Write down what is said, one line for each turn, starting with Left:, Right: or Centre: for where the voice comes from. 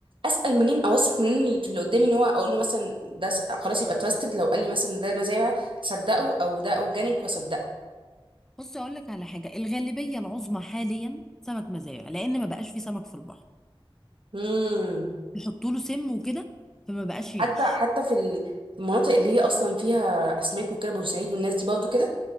Right: اسال منين اوثق منين اللي في اللي قدامي ان هو اقول له مثلا ده س- خلاص يبقى تراستد لو قال لي مثلا ده مزارع اصدقه او ده اورجانيك واصدقه
Centre: بص اقول لك على حاجه الغالبيه العظمى حاليا سمك مزارع لان ما بقاش في سمك في البحر
Right: امم
Centre: يحطوا له سم وكده فما بقاش يعيش
Right: حتى حتى في ال- في المناطق اللي هي اصلا فيها اسماك وكده بورسعيد والناس دي برضو كده